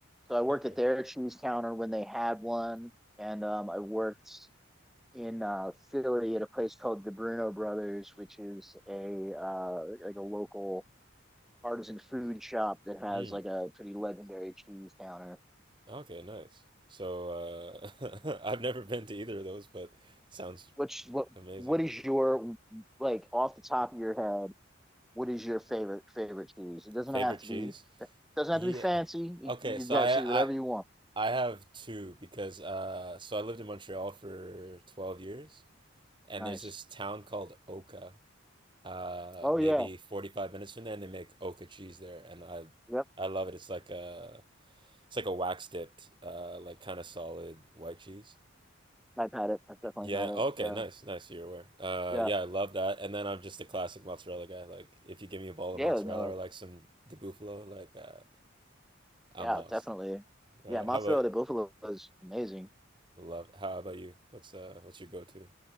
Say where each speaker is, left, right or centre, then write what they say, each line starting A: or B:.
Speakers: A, in the centre; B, on the right.
A: So I worked
B: Okay.
A: at their cheese counter when they had one, and um, I worked in uh, Philly at a place called the Bruno Brothers, which is a uh, like a local artisan food shop that has
B: Mm.
A: like a pretty legendary cheese counter.
B: Okay. Nice. So uh, <laughs> I've never been to either of those, but sounds
A: Which what
B: amazing.
A: what is your like off the top of your head? What is your favorite favorite cheese? It doesn't
B: Favorite
A: have to
B: cheese?
A: be doesn't
B: Yeah.
A: have to be fancy. You,
B: Okay,
A: you
B: so
A: can have
B: I
A: see whatever
B: I
A: you want.
B: I have two because uh so I lived in Montreal for 12 years and
A: Nice.
B: there's this town called Oka. Uh
A: Oh
B: maybe
A: yeah.
B: 45 minutes from there and they make Oka cheese there and I
A: Yep.
B: I love it. It's like a it's like a wax dipped uh like kind of solid white cheese.
A: I've had it. I've definitely
B: Yeah,
A: had it.
B: okay,
A: So
B: nice. Nice you're aware. Uh
A: yeah.
B: yeah, I love that. And then I'm just a classic mozzarella guy. Like if you give me a ball
A: Yeah.
B: of mozzarella
A: No.
B: or like some di bufalo, like uh I'm
A: Yeah.
B: lost.
A: Definitely.
B: Right?
A: Yeah. Mozzarella
B: How about
A: di Buffalo is amazing.
B: Love. It. How about you? What's uh what's your go-to?